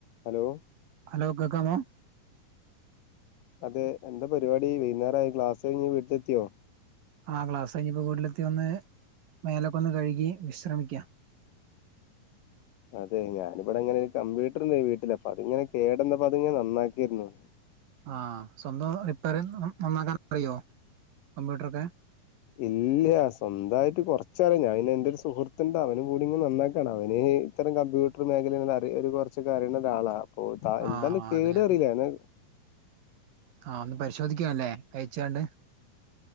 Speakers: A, on the left; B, on the right.
A: Hello
B: ഹലോകേൾക്കാമോ
A: അതെ എന്താ പരിപാടി വൈകുന്നേരമായി ക്ലാസ് കഴിഞ് വീട്ടില എത്തിയോ
B: ആ ക്ലാസ് കഴിഞ്ഞ ഇപ്പോ വീട്ടിലെത്തി ഒന്ന് മേലക്കെന്ന് കഴുകി വിശ്രമിക്കാ
A: <unintelligible> അതെ ഞാനിവിടെങ്ങനെ ഒരു അത്‌ ഞാൻ വിടെങ്ങനെ കമ്പ്യൂട്ടർണ്ട് വീട്ടില അപ്പ അതിങ്ങെ കേടന്നപ്പോ അത്ങ്ങനെ നന്നാക്കിയിരുന്നു
B: ആ സ്വന്തം റിപ്പയർ നന്നാക്കാൻ അറിയോ കമ്പ്യൂട്ടർൊക്കെ
A: ഇല്ല സ്വന്തമായിട്ട് കൊറച്ചറഞ്ഞ അവെ എന്റെ ഒരു സുഹൃത്തിന്റെ അവന കൂടി ഇങ്ങെ നന്നാക്കാണ് അവന് ഇത്തരം കമ്പ്യൂട്ടർ മേഖല അ ഒരു കുറച്ചൊക്കെ അറിയൂന്നാ ഒരാളാണ് അപ്പ എന്താണ്
B: ആ
A: കേടു
B: അതെ അതെ
A: അറിയിലനെ
B: ആ ഒന്ന് പരിശോധിക്കാല്ലേ കയച്ചണ്ട്